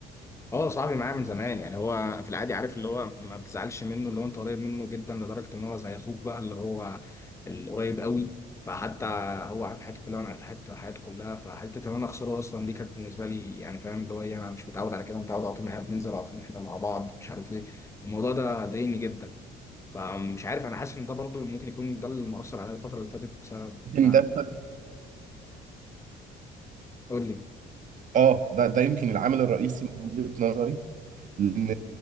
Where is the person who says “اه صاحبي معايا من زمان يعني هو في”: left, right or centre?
Left